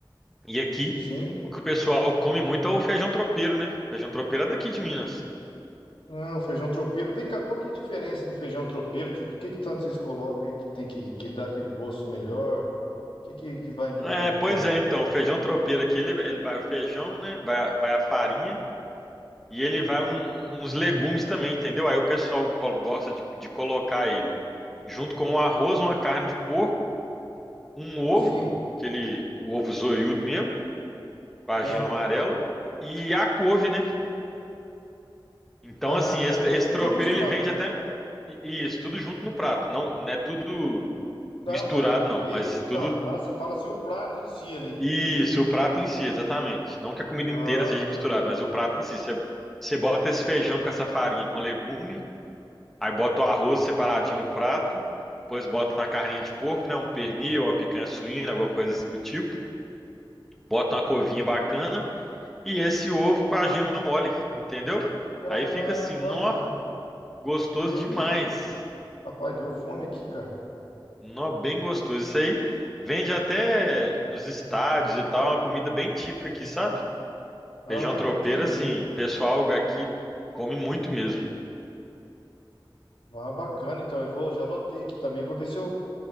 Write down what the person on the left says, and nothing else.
Sim?
Ah, o feijão tropeiro. Vem cá, qual que é a diferença do feijão tropeiro? O Que, que, que tanto vocês colocam aí que tem que, que dar aquele gosto melhor? O que, que, que vai no
meio
tanto?
Sim.
Ah,
ah,
vai
tudo misturado.
Ah,
tá. Não é
feito
assim,
não. Ah, você fala assim, o prato em si ali.
Ah,
tá.
Ah,
que
bacana.
Meu
Deus. Rapaz, deu fome aqui, cara.
Ah,
entendi.
Ah, bacana. Então, eu vou, já anotei aqui também. Vou ver se eu,